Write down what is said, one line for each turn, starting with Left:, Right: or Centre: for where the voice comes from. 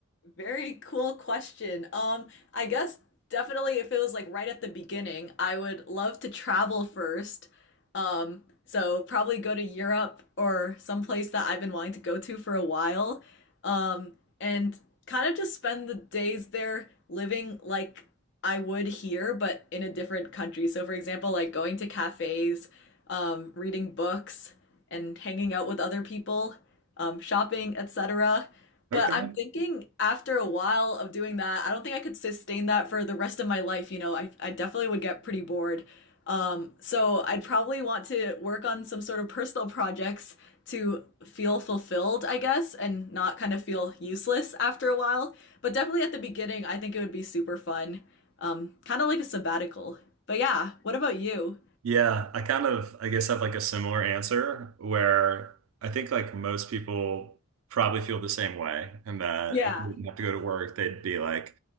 Left: Very cool question. Um, I guess definitely if it was like right at the beginning, I would love to travel first. Um, so probably go to Europe or someplace that I've been wanting to go to for a while. Um, and kind of just spend the days there living like I would here, but in a different country. So for example, like going to cafes, um, reading books and hanging out with other people, um, shopping, etc. But
Right: Okay.
Left: I'm thinking after a while of doing that, I don't think I could sustain that for the rest of my life. You know, I, I definitely would get pretty bored. Um, so I'd probably want to work on some sort of personal projects to feel fulfilled, I guess, and not kind of feel useless after a while. But definitely at the beginning, I think it would be super fun. Um, kind of like a sabbatical. But yeah, what about you?
Right: Yeah, I kind of, I guess, have like a similar answer where I think like most people probably feel the same way, and that
Left: Yeah.
Right: if they didn't have to go to work, they'd be like